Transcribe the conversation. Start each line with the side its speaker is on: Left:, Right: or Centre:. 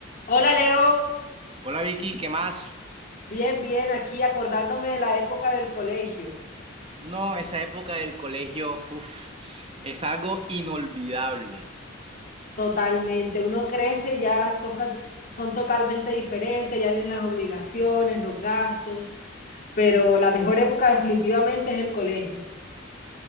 Left: Hola Leo,
Right: Hola Vicky, ¿qué más?
Left: bien, bien, aquí acordándome de la época del colegio,
Right: No, esa época del colegio, uf, es algo inolvidable.
Left: totalmente, uno crece y ya las cosas son totalmente diferentes, ya vienen las obligaciones, los gastos, pero la mejor época definitivamente es el colegio.